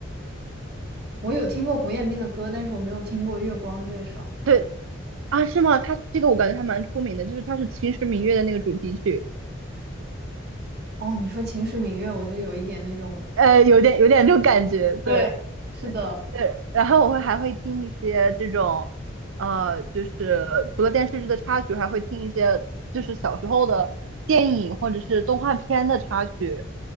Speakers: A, on the right; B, on the right.
A: 我有听过胡彦斌的歌，但是我没有听过《月光》这首。
B: 对啊，是吗？他这个我感觉还蛮出名的，就是他是《秦时明月》的那个主题曲。
A: 哦，你说《秦时明月》，我就有一点那种，
B: 呃，有点有点这种感觉，
A: 对，
B: 对
A: 是的，
B: 对。然后我会还会听一些这种，呃，就是除了电视剧的插曲，还会听一些就是小时候的电影或者是动画片的插曲，